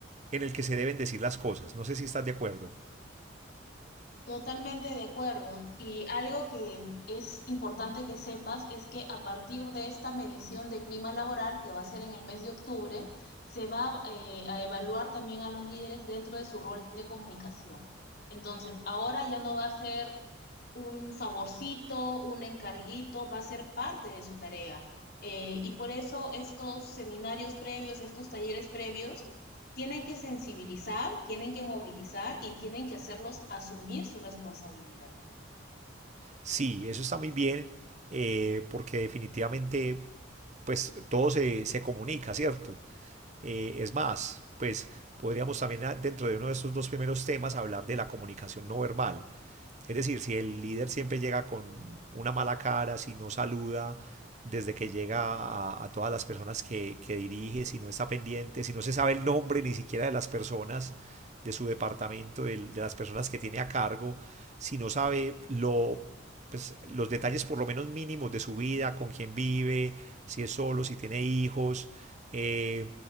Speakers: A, on the right; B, on the left.
A: en el que se deben decir las cosas. No sé si estás de acuerdo.
B: Totalmente de acuerdo. Y algo que es importante que sepas es que a partir de esta medición de clima laboral, que va a ser en el mes de octubre, se va eh, a evaluar también a los líderes dentro de su rol de comunicación. Entonces, ahora ya no va a ser un favorcito, un encarguito, va a ser parte de su tarea. Eh, y por eso estos seminarios previos, estos talleres previos, tienen que sensibilizar, tienen que movilizar y tienen que hacerlos asumir su responsabilidad.
A: Sí, eso está muy bien, eh, porque definitivamente, pues todo se, se comunica, ¿cierto? Eh, es más, pues podríamos también ah, dentro de uno de estos dos primeros temas hablar de la comunicación no verbal. Es decir, si el líder siempre llega con una mala cara, si no saluda desde que llega a, a todas las personas que, que dirige, si no está pendiente, si no se sabe el nombre ni siquiera de las personas de su departamento, del- de, las personas que tiene a cargo, si no sabe lo pues, los detalles por lo menos mínimos de su vida, con quién vive, si es solo, si tiene hijos, eh,